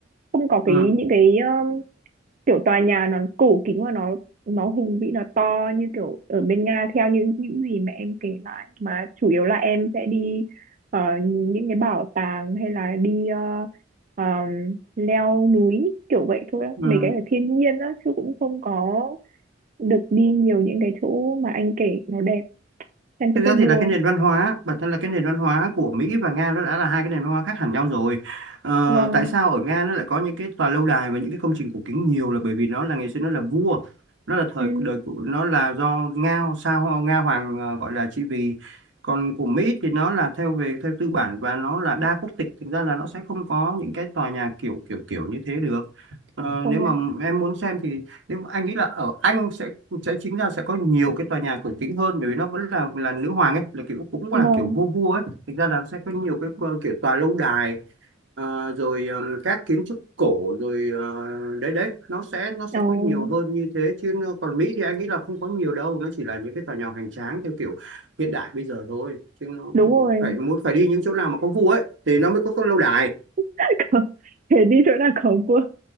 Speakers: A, on the right; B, on the right.
A: không có cái
B: ừ
A: những cái kiểu tòa nhà nó cổ kính và nó nó hùng vĩ nó to như kiểu ở bên Nga theo như những gì mà em kể lại mà chủ yếu là em sẽ đi ờ, những cái bảo tàng hay là đi ờ, ờ, leo núi kiểu vậy thôi á
B: ừ
A: mấy cái ở thiên nhiên á chứ cũng không có được đi nhiều những cái chỗ mà anh kể nó đẹp San Petersburg
B: Thực ra thì là cái nền văn hóa, bản thân là cái nền văn hóa của Mỹ và Nga nó đã là hai cái nền văn hóa khác hẳn nhau rồi. Ờ,
A: vâng
B: tại sao ở Nga nó lại có những cái tòa lâu đài và những cái công trình cổ kính nhiều là bởi vì nó là ngày xưa nó là vua, nó là thời
A: ừ,
B: đời của nó là do Nga sao Nga hoàng ờ, gọi là trị vì. Còn của Mỹ thì nó là theo về theo tư bản và nó là đa quốc tịch, thực ra là nó sẽ không có những cái tòa nhà kiểu kiểu kiểu như thế được. Ờ,
A: công
B: nếu
A: nhận
B: mà em muốn xem thì nếu mà anh nghĩ là ở Anh sẽ sẽ chính ra sẽ có nhiều cái tòa nhà cổ kính hơn bởi vì nó vẫn là là nữ hoàng ấy là kiểu cũng
A: vâng
B: là kiểu vua vua ấy thực ra là sẽ có nhiều cái ờ, kiểu tòa lâu đài ờ, rồi ờm, các kiến trúc cổ rồi ờ, đấy đấy nó sẽ nó sẽ
A: Ồ,
B: có nhiều hơn như thế chứ nó- còn Mỹ thì anh nghĩ là không có nhiều đâu nó chỉ là những cái tòa nhà hoành tráng theo kiểu hiện đại bây giờ thôi chứ nó
A: đúng rồi
B: phải muốn phải đi những chỗ nào mà có vua ấy thì nó mới có, có lâu đài
A: <laughs> thế đi chỗ nào có vua